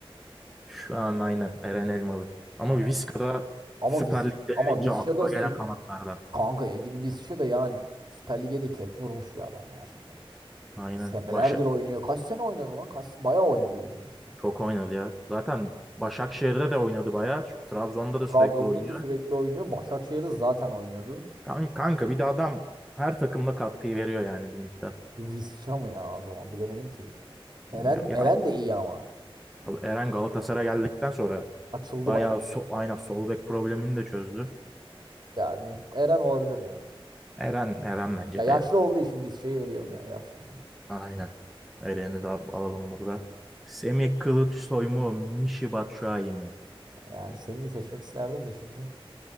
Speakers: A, in the centre; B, on the right.
A: Şu an aynen Eren Elmalı. Ama
B: Şu an
A: Viska
B: evet.
A: da
B: ama
A: Süper
B: Vis
A: Lig'de
B: ama
A: gelince
B: Visca
A: akla
B: da sü-
A: gelen kanatlarda.
B: kanka Edin Visca da yani Süper Lig'e de ket vurmuş bir adam ya şimdi.
A: Aynen.
B: Senelerdir
A: Başa
B: oynuyor. Kaç sene oynadı lan? Kaç bayağı oynadı Edin Visca.
A: çok oynadı ya. Zaten Başakşehir'de de oynadı bayağı. Trabzon'da da
B: Trabzon'da
A: sürekli oynuyor.
B: da sürekli oynuyor. Başakşehir'de zaten oynuyordu.
A: Kan- Kanka, bir de adam her takımda katkıyı veriyor yani bir miktar.
B: Visca mı ya o zaman bilemedim ki. Eren
A: Bilmiyorum. Ya
B: Eren de iyi ama.
A: Eren Galatasaray'a geldikten sonra
B: Açıldı
A: bayağı
B: bayağı.
A: so aynen sol bek problemini de çözdü.
B: Yani Eren olabilir ya.
A: Eren Eren bence
B: Ya yaşlı
A: de ya.
B: olduğu için Visca'yı eliyorum ya. Yaşlı çünkü.
A: Aynen. Eren'i de alalım burada. Semih Kılıçsoy mu? Mişi Batshuayi mi?
B: Yani Semih'i seçmek isterdim de şimdi.